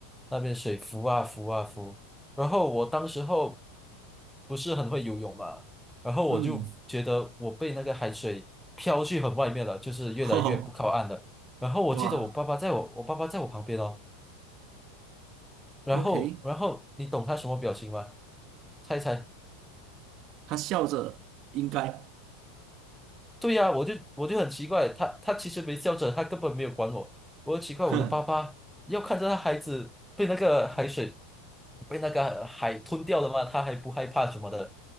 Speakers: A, in the centre; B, on the right.
A: 那边水浮啊浮啊浮，然后我当时候不是很会游泳嘛。然后我就觉得我被那个海水飘去很外面了，
B: 嗯，
A: 就是越来越不靠岸了。
B: <laughs> 吼，
A: 然后我记得我爸爸在我我爸爸在我旁边哦，
B: 哇
A: 然后然后你懂他什么表情吗？
B: ，OK，
A: 猜一猜。
B: 他笑着，应该，
A: 对呀、我就我就很奇怪，他他其实没笑着，他根本没有管我。我奇怪，
B: <laughs>
A: 我的爸爸要看着他孩子被那个海水
B: 哼
A: 被那个海吞掉了吗？他还不害怕什么的。